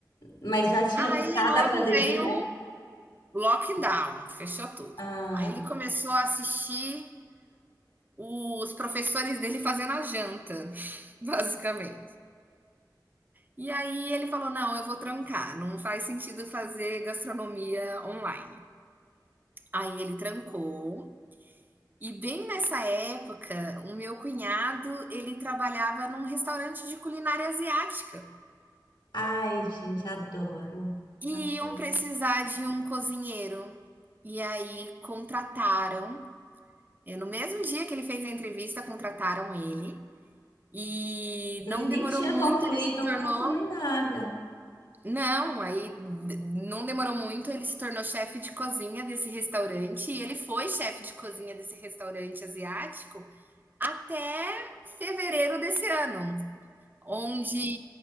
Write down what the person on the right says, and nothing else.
Aí
logo
veio Lockdown, fechou tudo.
Aí ele começou a assistir os professores dele fazendo a janta, <laughs> basicamente. E aí ele falou: não, eu vou trancar, não faz sentido fazer gastronomia online. Aí ele trancou. E bem nessa época, o meu cunhado, ele trabalhava num restaurante de culinária asiática.
E
iam precisar de um cozinheiro. E aí contrataram É, no mesmo dia que ele fez a entrevista, contrataram ele. E
não
demorou
muito,
ele se tornou.
Não, aí d- não demorou muito, ele se tornou chefe de cozinha desse restaurante. E ele foi chefe de cozinha desse restaurante asiático até fevereiro desse ano, onde